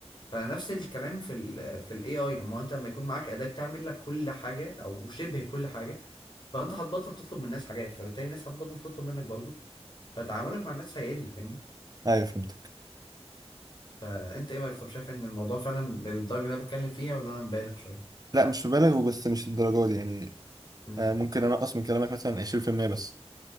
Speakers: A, on the left; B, on the right.
A: فنفس الكلام في ال في الاي اي لما هو انت لما يكون معاك اداه بتعمل لك كل حاجه او شبه كل حاجه فانت هتبطل تطلب من الناس حاجات فبالتالي الناس هتبطل تطلب منك برضه فتعاملك مع الناس هيقل فاهمني
B: ايوه فهمتك
A: فانت ايه رايك طب شايف ان الموضوع فعلا الدرجه اللي انا بتكلم فيها ولا انا مبالغ شويه
B: لا مش مبالغ وبس مش الدرجه دي يعني
A: امم
B: آه، ممكن انقص من كلامك مثلا 20% بس